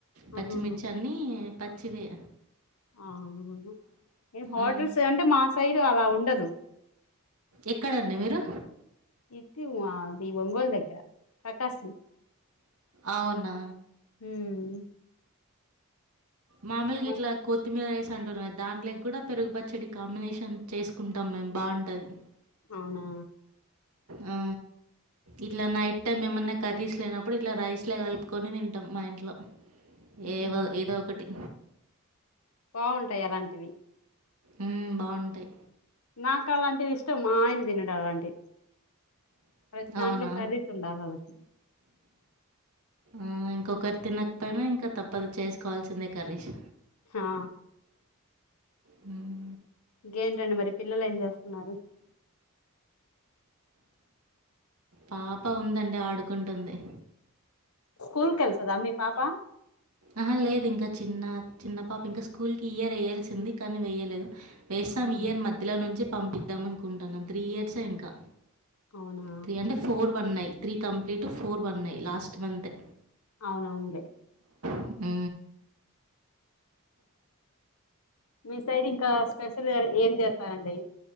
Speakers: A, on the right; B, on the left.
A: పచ్చిమిర్చి
B: ఆహా
A: అన్నీ పచ్చివే
B: అవునా ఏ హోటల్స్
A: ఆ!
B: అంటె మా సైడు అలా ఉండదు
A: ఎక్కడండి మీరు
B: ఇటు ఆది ఒంగోల్ దగ్గర ప్రకాసం
A: ఔనా
B: ఉమ్
A: మామూల్గిట్లా
B: మస్త్
A: కొత్తిమీర రైస్ అంటున్నా దాంట్లకి గూడా పెరుగు పచ్చడి కాంబినేషన్ చేస్కుంటాం మేం బాంటది
B: ఔనా
A: ఆ ఇట్ల నైట్ టైమ్ ఏమన్నా కర్రీస్ లేనప్పుడు ఇట్ల రైస్లే కల్పుకోని తింటం మా ఇంట్లో
B: ఉహు
A: ఏవొ ఏదోక టి
B: బా ఉంటై అలాంటివి
A: ఉ బాంటై
B: నాకు అలాంటిది ఇష్టం మా ఆయన తినడు అలాంటి ప్రతి దాంట్లో
A: అవునా?
B: కర్రీస్ ఉండాలి ఆళ్ళకి
A: ఆ ఇంకొకరు తినక్పోనా ఇంకా తప్పదు చేస్కోవాల్సిందే కర్రీస్
B: హా
A: హ్మ్.
B: ఇంకేంటండి మరి పిల్లలేం చేస్తున్నారు
A: పాప ఉందండి ఆడుకుంటుంది
B: స్కూల్కెల్తదా మీ పాప
A: ఆహ లేదు ఇంకా చిన్న చిన్న పాప ఇంకా స్కూల్కి ఈ ఇయర్ ఎయ్యాల్సింది కానీ వెయ్యలేదు వేస్తాం
B: ఉహుం.
A: ఈ ఇయర్ మధ్యలో నుంచి పంపిద్దాం అనుకుంటున్నా త్రీ ఇయర్సే ఇంకా
B: ఔనా
A: త్రీ అంటే ఫోర్ బన్నై త్రీ కంప్లీట్ ఫోర్ బన్నై లాస్ట్ మంతే
B: అవునవునులే
A: ఉ
B: మీ సైడ్ ఇంకా స్పెషల్ ఏం చేత్తారండి